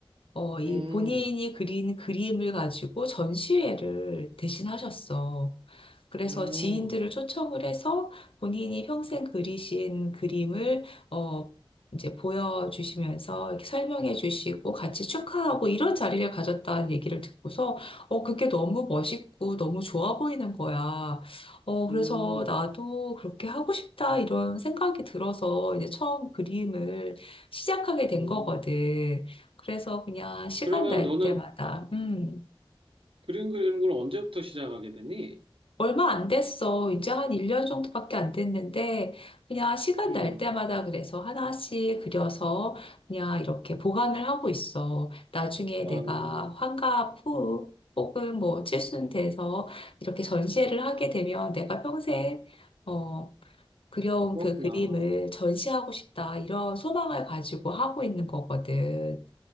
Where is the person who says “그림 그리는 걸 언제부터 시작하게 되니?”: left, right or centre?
Right